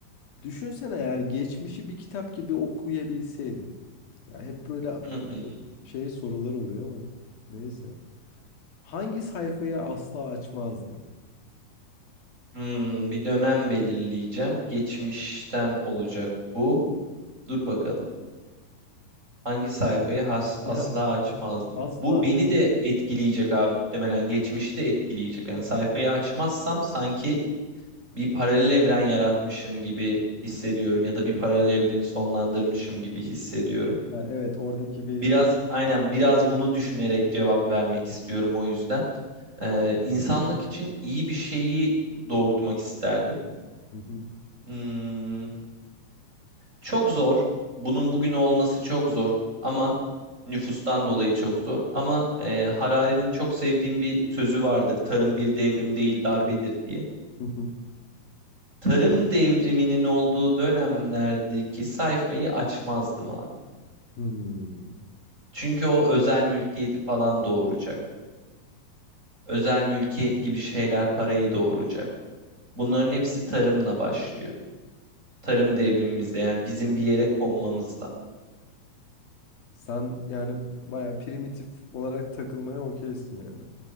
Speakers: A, on the left; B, on the right.
A: düşünsene eğer geçmişi bir kitap gibi okuyabilseydin. Ya hep böyle
B: Hı hı.
A: şey sorular oluyor ama neyse. Hangi sayfayı asla açmazdın? <laughs>
B: Hmm, bir dönem belirleyeceğim. Geçmişten olacak bu. Dur bakalım. Hangi sayfayı has- asla
A: Ya
B: açmazdım?
A: asla.
B: Bu beni de etkileyecek abi muhtemelen. Geçmişi de etkileyecek. Yani sayfayı açmazsam sanki bir paralel evren yaratmışım gibi hissediyorum ya da bir paralel evreni sonlandırmışım gibi hissediyorum.
A: Ha, evet oradaki bir
B: Biraz aynen biraz bunu düşünerek cevap vermek istiyorum o yüzden. Ee, insanlık için iyi bir şeyi doğurtmak isterdim.
A: Hı hı,
B: Hmm, çok zor. Bunun bugün olması çok zor ama nüfustan dolayı çok zor. Ama e, Harari'nin çok sevdiğim bir sözü vardır. Tarım bir devrim değil darbedir diye.
A: hı hı,
B: Tarım devriminin olduğu dönemlerdeki sayfayı açmazdım abi.
A: hmm.
B: Çünkü o özel mülkiyeti falan doğuracak. özel mülkiyet gibi şeyler parayı doğuracak. Bunların hepsi tarımla başlıyor. Tarım devrimimizde yani bizim bir yere konmamızla.
A: Sen yani baya primitif olarak takılmaya okeysin yani.